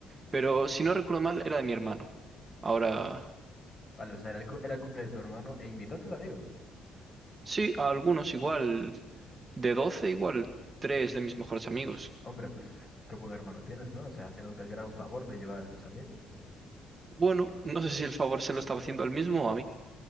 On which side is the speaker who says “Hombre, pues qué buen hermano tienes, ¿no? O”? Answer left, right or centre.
Left